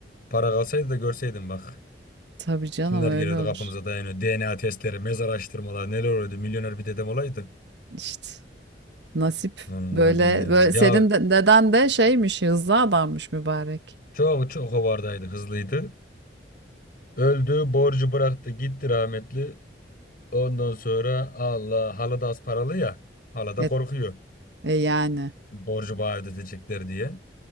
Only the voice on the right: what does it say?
Tabii canım
öyle
olur.
İşte. Nasip
böyle
böyle senin
de, deden de şeymiş hızlı adammış mübarek.
E,
e yani.